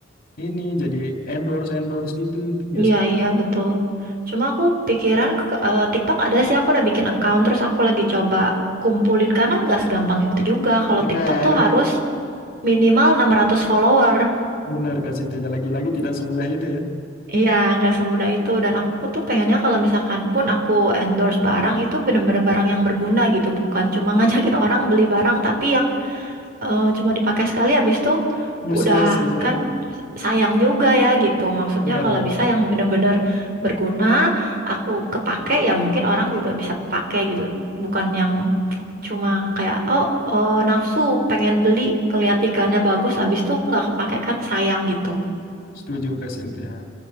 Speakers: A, on the left (about 50°); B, on the right (about 50°).
A: ini, jadi endorse endorse gitu itu biasanya.
B: Iya, iya, betul. Cuma aku pikiran ke- eh, TikTok ada sih, aku udah bikin account, terus aku lagi coba kumpulin, karena nggak segampang itu juga. Kalau
A: Bener.
B: TikTok tuh harus minimal 600 follower.
A: Bener Kak Sintia. Lagi-lagi tidak semudah itu ya.
B: Iya, nggak semudah itu. Dan aku tuh pengennya kalau misalkan pun aku endorse barang, itu bener-bener barang yang berguna gitu. Bukan cuma <laughs> ngajakin orang beli barang, tapi yang eh, cuma dipakai sekali habis itu
A: Useless
B: udah
A: gitu ya.
B: kan sayang juga ya gitu. Maksudnya
A: Benar-benar.
B: kalau bisa yang benar-benar berguna, aku kepake ya mungkin orang juga bisa pakai gitu. Bukan yang cuma kayak oh eh, nafsu pengen beli ngeliat iklannya bagus habis itu nggak kepake kan sayang gitu.
A: Setuju Kak Sintia.